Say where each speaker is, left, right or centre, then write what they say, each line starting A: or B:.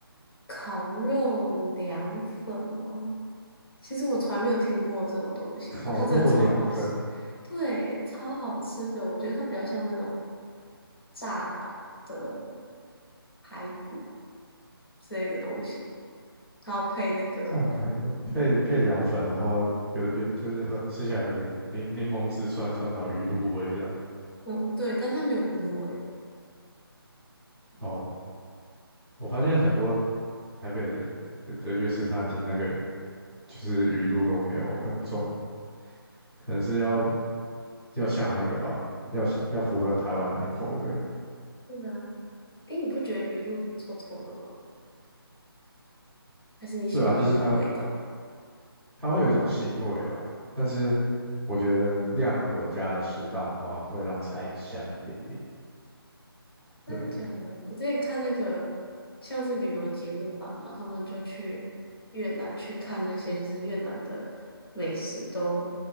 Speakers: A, on the left (about 65°); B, in the centre.
A: 烤肉凉粉吗？其实我从来没有听过这种东西，
B: 烤肉凉粉、
A: 但它真的超好吃，对，超好吃的。我觉得它比较像那种炸的排骨之类的东西，然后配那个。
B: 炸排骨配配凉粉，然后有有就是很吃起来有点柠柠檬汁酸酸，然后鱼露味这样。
A: 嗯，对，但它没有鱼露味。
B: 哦，我发现很多台北的的的粤式餐厅那个就是鱼露都没有很重，可能是要要像那个吧，要要符合台湾人的口味。
A: 对啊，诶，你不觉得鱼露臭臭的吗？还是你喜欢鱼露的味道？
B: 对啊，就是它它会有一种腥味啊，但是我觉得量如果加的适当的话，会让菜香一点点。
A: 真的假的？
B: 对，
A: 我之前看那个像是旅游节目吧，然后他们就去越南去看那些就是越南的美食都，